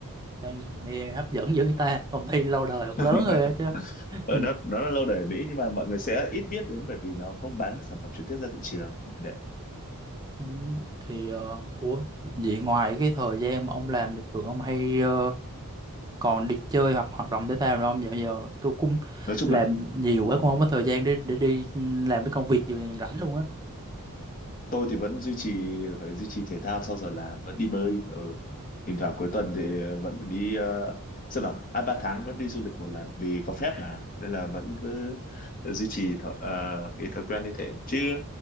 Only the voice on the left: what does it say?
<laughs>
ờ,
nó nó là lâu đời ở Mỹ nhưng mà mọi người sẽ ít biết đến bởi vì nó không bán sản phẩm trực tiếp ra thị trường để
nói chung
là
ồ
tôi thì vẫn duy trì phải duy trì thể thao sau giờ làm vẫn đi bơi ừ. thỉnh thoảng cuối tuần thì ờ, vẫn phải đi ờ, sao bảo hai ba tháng vẫn đi du lịch một lần vì có phép mà nên là vẫn cứ duy trì thói, ờ, cái thói quen như thế chứ